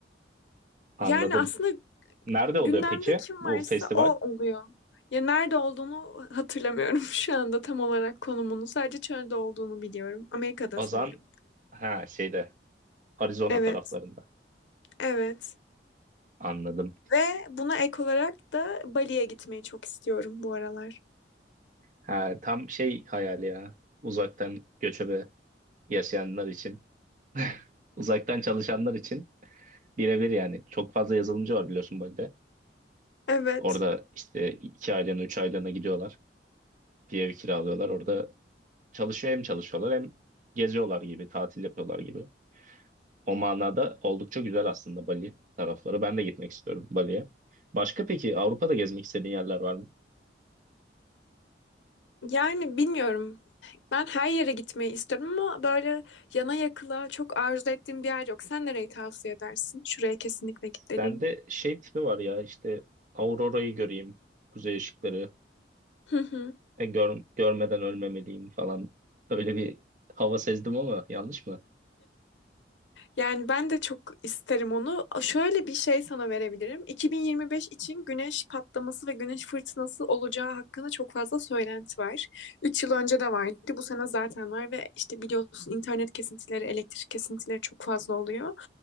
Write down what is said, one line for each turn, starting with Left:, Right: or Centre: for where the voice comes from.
Right: anladım.
Left: Yani aslında
Right: Nerede
Left: gündemde
Right: oluyor peki
Left: kim
Right: bu
Left: varsa
Right: festival?
Left: o oluyor. Ya nerede olduğunu hatırlamıyorum <laughs> şu anda tam olarak konumunu. Sadece çölde olduğunu biliyorum. Amerika'da
Right: Azan
Left: sanırım.
Right: ha şeyde Arizona
Left: Evet,
Right: taraflarında.
Left: evet.
Right: Anladım.
Left: Ve buna ek olarak da Bali'ye gitmeyi çok istiyorum bu aralar.
Right: Ha, tam şey hayali ya. Uzaktan göçebe yaşayanlar için. <laughs> Uzaktan çalışanlar için birebir yani. Çok fazla yazılımcı var biliyorsun Bali'de.
Left: Evet.
Right: Orada işte iki aylığına, üç aylığına gidiyorlar. Bir ev kiralıyorlar. Orada çalışıyor hem çalışıyorlar hem geziyorlar gibi, tatil yapıyorlar gibi. O manada oldukça güzel aslında Bali tarafları. Ben de gitmek istiyorum Bali'ye. Başka peki Avrupa'da gezmek istediğin yerler var mı?
Left: Yani bilmiyorum. Ben her yere gitmeyi istiyorum ama böyle yana yakıla çok arzu ettiğim bir yer yok. Sen nereyi tavsiye edersin? Şuraya kesinlikle git dediğin.
Right: Sende şey tipi var ya işte Aurora'yı göreyim, kuzey ışıkları,
Left: <laughs>
Right: e, gör- görmeden ölmemeliyim falan. Öyle bir hava sezdim ama yanlış mı?
Left: Yani ben de çok isterim onu. Şöyle bir şey sana verebilirim. 2025 için güneş patlaması ve güneş fırtınası olacağı hakkında çok fazla söylenti var. 3 yıl önce de vardı. Bu sene zaten var ve işte biliyorsun internet kesintileri, elektrik kesintileri çok fazla oluyor.